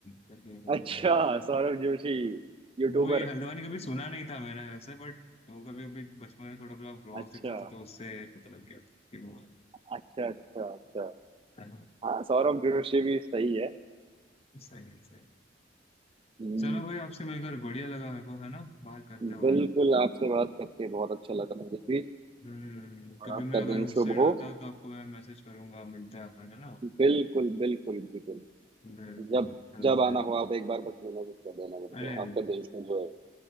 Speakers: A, on the left; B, on the right.
A: करके एक
B: अच्छा
A: लोग
B: सौरभ जोशी यूट्यूबर
A: वही हल्द्वानी कभी सुना नहीं था मैंने वैसे बट वो कभी अभी बचपन में थोड़ा बहुत ब्लॉग्स
B: अच्छा
A: देखता था तो उससे पता लग गया था कि वो
B: अच्छा अच्छा अच्छा
A: होता है।
B: हाँ सौरभ जोशी भी सही है
A: सही है सही है
B: हम्म,
A: चलो भाई आपसे मिलकर बढ़िया लगा मेरे को है ना बात करते हुए
B: बिल्कुल आपसे बात करके बहुत अच्छा लगा मुझे भी
A: हम्म
B: और
A: कभी
B: आपका
A: मैं अगर
B: दिन
A: उस
B: शुभ
A: साइड
B: हो
A: आता हूँ तो आपको मैं मैसेज करूंगा मिलते हैं अपन है ना
B: बिल्कुल बिल्कुल बिल्कुल
A: बिल्कुल
B: जब
A: Hello
B: जब
A: friend
B: आना हो आप एक बार बस मैसेज कर देना मेरे
A: अरे
B: को आपका दिन शुभ हो